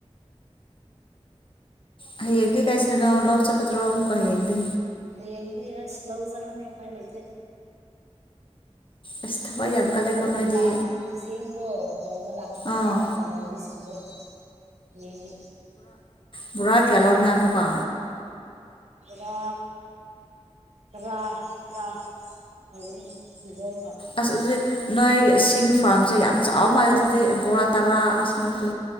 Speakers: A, on the left; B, on the right.
A: ꯍ ꯌꯦꯡꯗꯤ ꯀꯥꯏ ꯂꯩ ꯅ ꯂ ꯂꯧ ꯆ ꯀꯀꯗ꯭ꯔꯣ ꯑꯃꯨꯀ ꯍꯌꯦ ꯌꯦꯡꯗꯦ
B: ꯍꯗꯤ ꯑ ꯂꯍ ꯆ ꯀꯅꯦ ꯄꯥꯏ ꯂꯩꯆꯦ
A: ꯑꯁ ꯊꯕꯛ ꯌꯥꯝ
B: ꯁꯤꯡꯗꯣ
A: ꯀꯜꯂꯦꯀꯣ ꯅꯣꯏꯗꯤ
B: ꯂ ꯁꯤꯡꯗꯣ ꯂꯧꯕ ꯂꯥꯛꯀꯅꯤ
A: ꯑꯥ
B: ꯍꯥꯏꯅꯦ ꯂꯂꯕꯤꯁꯤꯡꯗꯣ ꯌꯦꯒꯤ
A: ꯄꯨꯔꯥ ꯀꯦꯜꯣꯟꯈꯥꯏ ꯑꯃꯨ ꯀ
B: ꯭ꯔꯥ ꯇꯔꯥ ꯇꯔꯥ ꯍꯧꯒꯅꯤ ꯏꯍꯣꯝ
A: ꯑꯁ ꯑꯗꯨ ꯅꯣꯏ ꯁꯤꯡ ꯐꯥꯔꯝꯁꯦ ꯌꯥꯝ ꯆꯥꯎ ꯃꯥꯜꯂꯦꯗꯗꯤ ꯕꯣꯔꯥ ꯇꯔꯥ ꯑꯁꯃꯨꯛꯇ